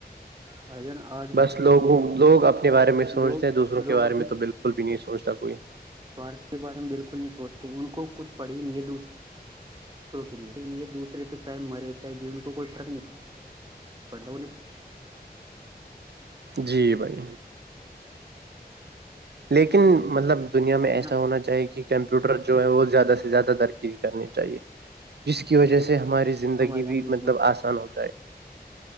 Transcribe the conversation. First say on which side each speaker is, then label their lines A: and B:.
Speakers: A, on the right; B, on the right.
A: ہ ان آ
B: بس لوگوں لوگ اپنے بارے میں سوچتے
A: لوگ
B: ہیں دوسروں کے
A: لوگ
B: بارے میں تو بالکل بھی نہیں سوچتا کوئی
A: سوارتھ کے بارے میں بالکل نہیں سوچتے ان کو کچھ پڑھی ہی نہیں دوسر دوسروں کے لیے دوسرے تو چاہے مرے چاہے جییےان کو کوئی فرق نہیں پڑتا <inaudible>
B: جی بھائی لیکن مطلب دنیا میں ایسا
A: جان
B: ہونا چاہیے کہ کمپیوٹر جو ہے وہ زیادہ سے زیادہ ترقی کرنی چاہیے جس کی وجہ سے ہماری زندگی
A: ہاں بھائی
B: بھی
A: جان بالکل
B: مطلب آسان ہو جائے